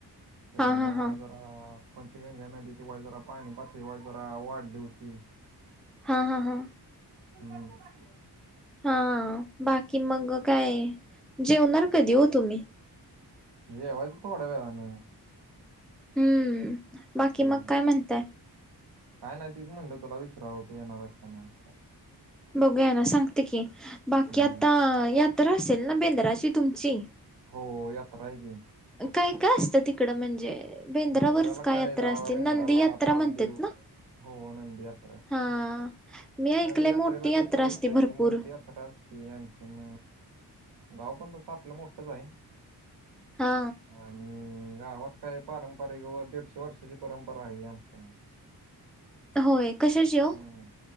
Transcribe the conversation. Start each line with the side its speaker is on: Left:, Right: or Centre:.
Right: त्याच्यामु
Centre: हा हा हा
Right: पंचगंगा नदीची वजरा पाणी पातळी वाज जरा वाढली होती.
Centre: हा-हा-हा.
Right: कर. <inaudible>
Centre: हा बाकी मग काय जेवणार कधी हो तुम्ही.
Right: जेवा थोड्या वेळान.
Centre: हम्म बाकी
Right: हम्म
Centre: मग काय म्हणताय.
Right: काय नाही तीच म्हटलं तुला विचारावतो येणारस का नाही.
Centre: बघूया ना सांगते की बाकी
Right: हम्म
Centre: आता यात्रा असेल ना बेंद्राची तुमची.
Right: हो यात्रा आहे की.
Centre: काय काय असतं तिकडं म्हणजे? बेंद्रावरच
Right: बेंद्रला काय
Centre: यात्रा
Right: हे बाबा
Centre: असते
Right: बेंद्राला
Centre: नंदी यात्रा
Right: पाझिटिव्ह.
Centre: म्हणतात ना
Right: हो नंदियात्रा असते
Centre: हा मी ऐकलंय
Right: नंदीयात्रेला
Centre: मोठी यात्रा
Right: कस असतंय
Centre: असते भरपूर
Right: मोठी यात्रा असते. ते आणखीन गाव पण तस आपलं मोठंच आहे.
Centre: हा.
Right: आणि गावात काय पारंपरिक व दीडशे वर्षाची परंपरा आहे आमच्या.
Centre: होय कशाची हो
Right: हम्,